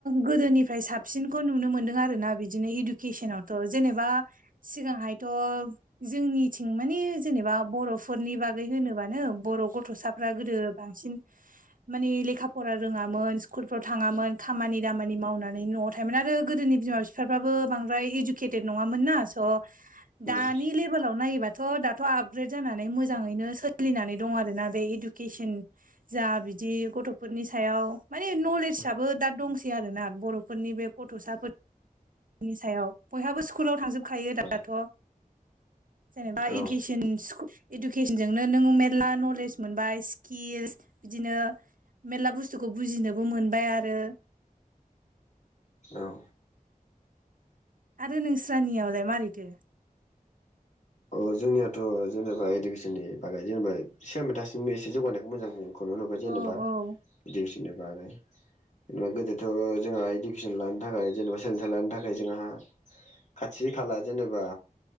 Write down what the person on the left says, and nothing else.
उम
उम
उम
औ
औ
अ जोंनियाथ' जेनेबा इडुकेसननि बागै जेनेबा सिगां दासिमबो एसे जौगानायखौ मोजां मोनो खौनो नुबाय जेनेबा
इडुकेसननि बागै जेनेबा गोदोथ' जोंहा इडुकेसन लानो थाखाय जेनेबा सोलोंथाइ लानो थाखाय जोंहा खाथि खाला जेनेबा